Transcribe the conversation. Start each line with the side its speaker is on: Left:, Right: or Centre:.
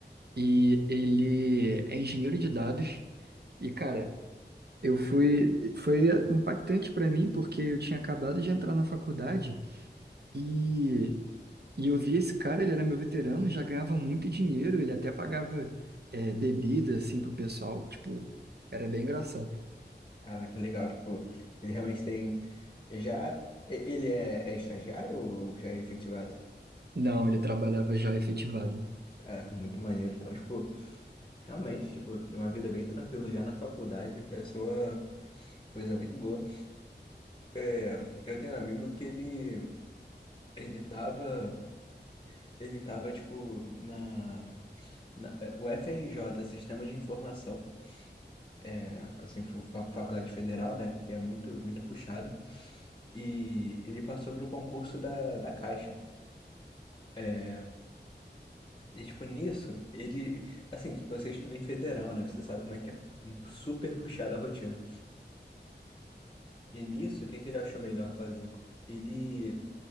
Right: e ele é engenheiro de dados. E, cara, eu fui. Foi impactante pra mim, porque eu tinha acabado de entrar na faculdade e, e eu vi esse cara, ele era meu veterano, já ganhava muito dinheiro, ele até pagava é, bebida, assim, pro pessoal. Tipo, era bem engraçado.
Left: Caraca, legal. Tipo, ele realmente tem. Já. Ele é, é estagiário ou já é efetivado?
Right: Não, ele trabalhava já efetivado.
Left: Caraca, muito maneiro. Então, tipo, realmente, tipo, tem uma vida bem tranquila já na faculdade. Deve ser uma coisa muito boa. É, eu tenho um amigo que ele. Ele tava. Ele tava, tipo, na. na é, o FRJ, Sistema de Informação. É, assim, fu- fa- faculdade federal, né? Que é muito, muito puxado. E ele passou pro concurso da, da Caixa. É, E, tipo, nisso, ele. Assim, você estuda em federal, né? Você sabe como é que é super puxada a rotina. E nisso, o que que ele achou melhor fazer? Ele